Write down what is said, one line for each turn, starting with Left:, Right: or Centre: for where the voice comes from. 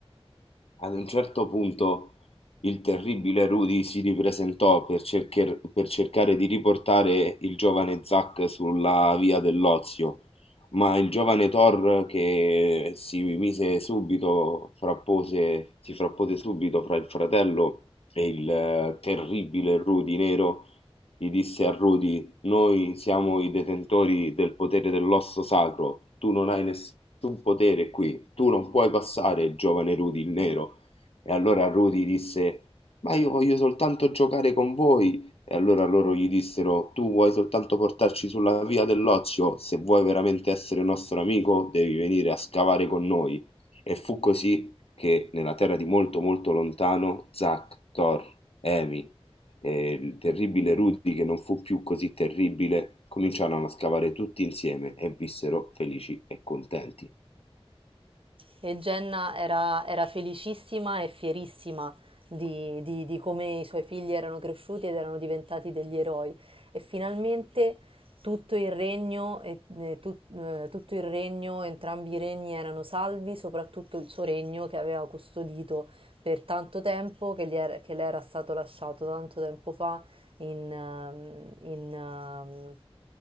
Left: Ad un certo punto il terribile Rudy si ripresentò per cercher- per cercare di riportare il giovane Zack sulla via dell'ozio, ma il giovane Thor che si mise subito, frappose, si frappose subito fra il fratello e il eh, terribile Rudy nero, gli disse a Rudy noi siamo i detentori del potere dell'osso sacro. Tu non hai nessun potere qui. Tu non puoi passare, giovane Rudy il nero. E allora Rudy disse: Ma io voglio soltanto giocare con voi. E allora loro gli dissero: Tu vuoi soltanto portarci sulla via dell'ozio? Se vuoi veramente essere nostro amico, devi venire a scavare con noi. E fu così che nella terra di molto molto lontano Zack, Thor, Emi, e il terribile Rudy, che non fu più così terribile, cominciarono a scavare tutti insieme e vissero felici e contenti.
Right: E Jenna era, era felicissima e fierissima di, di- di come i suoi figli erano cresciuti ed erano diventati degli eroi. E finalmente tutto il regno, e- eh, tut- eh, tutto il regno, entrambi i regni erano salvi, soprattutto il suo regno che aveva custodito per tanto tempo, che gli era, che le era stato lasciato tanto tempo fa in, ehm, in, ehm,